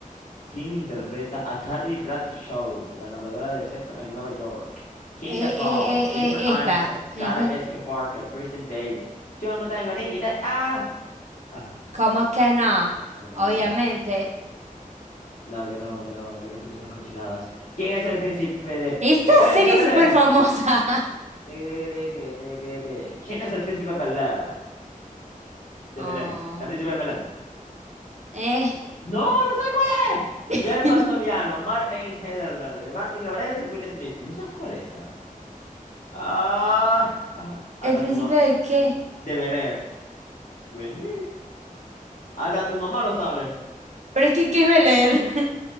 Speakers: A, on the left (about 65°); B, on the right (about 55°).
A: ¿Quién interpreta a Carrie Bradshaw, la narradora de sexo en Nueva York? Kim
B: Eh,
A: Cattrall,
B: eh, eh,
A: Jennifer
B: eh, esta.
A: Aniston, Sarah
B: Ujú.
A: Jessica Parker, Kristen Davis. Yo no tengo ni idea. Ah, ah,
B: ¿Cómo que no?
A: yo no tengo
B: Obviamente.
A: ni idea. No, yo no, yo no, yo no escucho esas cochinadas. ¿Quién es el príncipe de,
B: Esta
A: de, eh,
B: serie
A: de Bel
B: es súper
A: Air?
B: famosa. <laughs>
A: De, de, de, de, de, de- de- que- de- ¿Quién es el príncipe de Bel Air?
B: Oh,
A: De Belém. El príncipe de Belém.
B: eh.
A: No, no sé cuál es.
B: <laughs>
A: Joe Pantoliano, Mark Ain Heidelberg, Martin Lawrence, Will Smith. ¿No sabes cuál es, Sara? Ah, <laughs> ah, hasta
B: ¿El príncipe
A: tu mamá.
B: de qué?
A: De Belén. Will Smith. Hasta tu mamá lo sabe.
B: Pero es que, ¿qué iba a leer? <laughs>